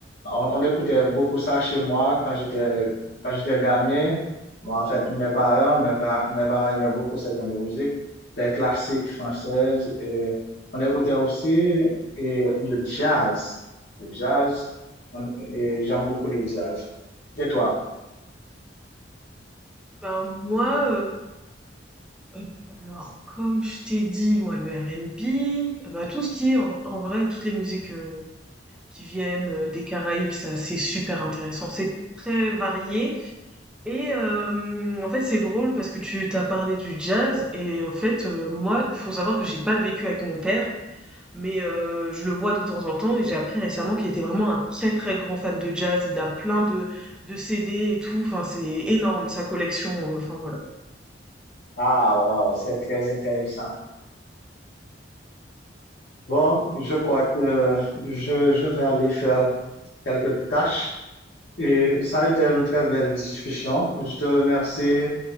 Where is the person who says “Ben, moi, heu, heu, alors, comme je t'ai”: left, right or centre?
Centre